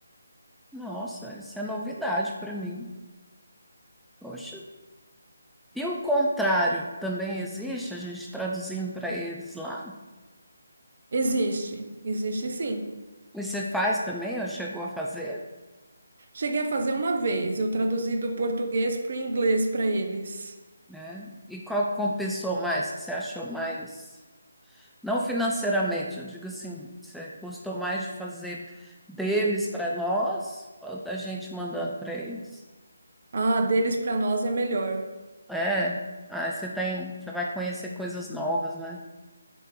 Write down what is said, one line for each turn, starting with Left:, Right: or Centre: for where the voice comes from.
Centre: Nossa, isso é novidade para mim. Poxa. E o contrário também existe, a gente traduzindo para eles lá.
Right: Existe, existe sim.
Centre: E você faz também, ou chegou a fazer?
Right: Cheguei a fazer uma vez, eu traduzi do português para o inglês para eles.
Centre: né? E qual que compensou mais, que você achou mais, não financeiramente, eu digo assim, você gostou mais de fazer deles para nós ou da gente mandando para eles?
Right: Ah, deles para nós é melhor.
Centre: É, aí você tem, você vai conhecer coisas novas, né?